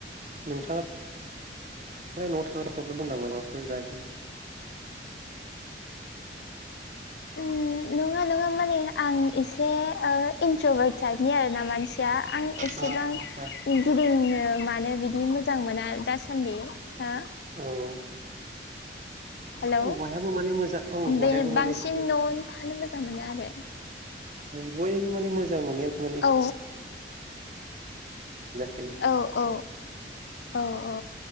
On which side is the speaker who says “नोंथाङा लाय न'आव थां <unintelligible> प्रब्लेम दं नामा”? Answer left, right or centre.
Right